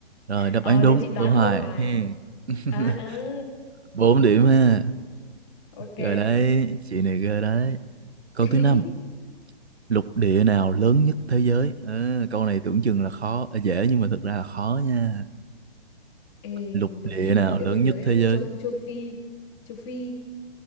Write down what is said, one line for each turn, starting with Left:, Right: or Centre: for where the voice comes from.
Right: rồi đáp
Left: ờ
Right: án đúng
Left: thế chị đoán
Right: Vân Hoài
Left: Tô Hoài
Right: he <laughs>
Left: à, ờ
Right: bốn điểm ha
Left: ok
Right: rồi đấy chị này ghê đấy câu
Left: <laughs>
Right: thứ năm lục địa nào lớn nhất thế giới à, câu này tưởng chừng là khó à, dễ nhưng mà thực ra là khó nha
Left: Ê,
Right: lục địa
Left: lục địa
Right: nào
Left: lớn nhất
Right: lớn
Left: thế giới
Right: nhất thế
Left: á,
Right: giới
Left: châu châu Phi, châu Phi,